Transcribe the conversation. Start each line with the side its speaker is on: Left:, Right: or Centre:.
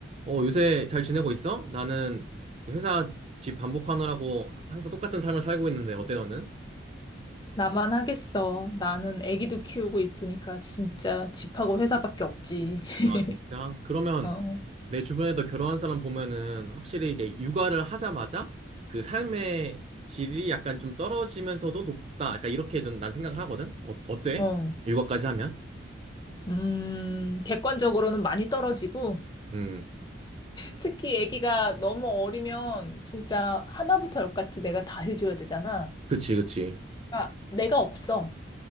Right: 어, 요새 잘 지내고 있어? 나는 이제 회사 집 반복하느라고 항상 똑같은 삶을 살고 있는데 어때 너는?
Left: 나만 하겠어. 나는 아기도 키우고 있으니까 진짜 집하고 회사밖에 없지. <laughs>
Right: 아, 진짜? 그러면
Left: 어,
Right: 내 주변에도 결혼한 사람 보면은 확실히 이제 육아를 하자마자 그 삶의 질이 약간 좀 떨어지면서도 높다. 약간 이렇게 좀 난 생각을 하거든? 어, 어때?
Left: 어, 어.
Right: 육아까지 하면?
Left: 음, 객관적으로는 많이 떨어지고,
Right: 음,
Left: 특히 아기가 너무 어리면 진짜 하나부터 열까지 내가 다 해줘야 되잖아.
Right: 그치, 그치.
Left: 그러니까 내가 없어.